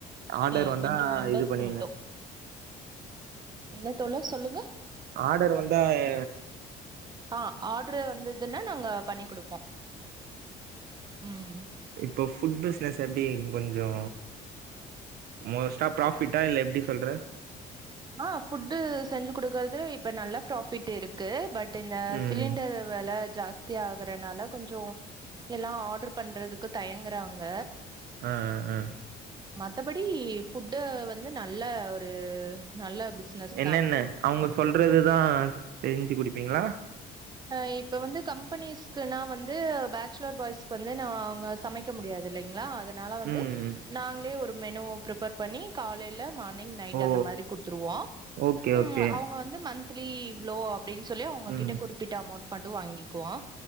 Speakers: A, on the right; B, on the right.
A: ஆர்டர்
B: செ
A: வந்தா
B: கொஞ்சோ மெம்பர்ஸ்கு
A: இது பண்ணுவீங்க
B: மட்டு என்ன தோழர் சொல்லுங்க
A: ஆர்டர் வந்தா எ
B: ஆ ஆர்ட்ரு வந்ததுன்னா நாங்க பண்ணி குடுப்போம் ம்
A: போ ஃபுட் பிஸ்னெஸ் எப்டி கொஞ்சோ மோஸ்ட்டா ஃப்ராஃபிட்டா இல்ல எப்டி சொல்ற
B: ஆ ஃபுட்டு செஞ்சி குடுக்கறது இப்ப நல்ல ஃப்ராஃபிட் இருக்கு பட் டு இந்த
A: ம்
B: சிலிண்டெரு வெல ஜாஸ் தியா ஆக தனால கொஞ்சோ எல்லா ஆர்ட்ரு பண்றதுக் கு தயங்குறாங்க
A: ஆ ஆ அ
B: தபடி ஃபுட்ட வந்து நல்ல ஒரு நல்ல பிஸ்னெஸ்
A: என்னென்ன
B: தா
A: அவங்க சொல்றதுதா தெரிஞ்சி குடிப்பீங்களா
B: ஆ இப்ப வந்து கம்பெனிஸ்க்குன்னா வந்து பேக்ச்சுலர் பாய்ஸ்க்கு வந்து நாங்க சமைக்க முடியாது இல்லைங்களா அத னால வந்து
A: ம்
B: நாங்ளே ஒரு மெனு ப்ரிப்பெர் பண்ணி காலேல மானிங் நைட்
A: ஓ
B: அந்த மாரி குடுத்துருவோம்
A: ஓகே
B: ம்
A: ஓகே
B: அவ்ங்க வந்து மந்த் லீ இவ்லோ அப்டின் சொல்லி அவ்ங்ககிட்ட
A: ம்
B: குறி ப்பிட்ட அமௌண்ட் மட்டு வாங்கிக்குவோம்